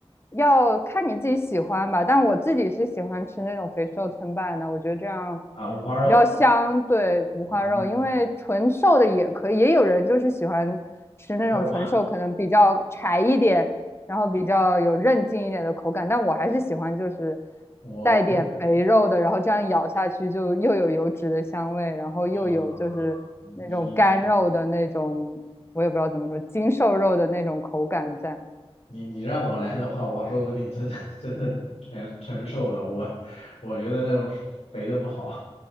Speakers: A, on the left; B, on the left.
A: 要看你自己喜欢吧，但我自己是喜欢吃那种肥瘦参半的，我觉得这样
B: 啊，五花肉，
A: 比较香，对，五花肉，
B: 嗯，
A: 因为纯瘦的也可以，也有人就是喜欢吃那种纯瘦，
B: 哎我
A: 可能比较柴一点，然后比较有韧劲一点的口感，但我还是喜欢就是
B: 我我，
A: 带点肥肉的，
B: 我
A: 然后这样咬下去就又有油脂的香味，然后又有就是那种干肉的那种，
B: 嗯，你
A: 我也不知道怎么说，精瘦肉的那种口感在。
B: 你你让我来的话，我说不定真的真的全承受了。我我觉得那种肥的不好，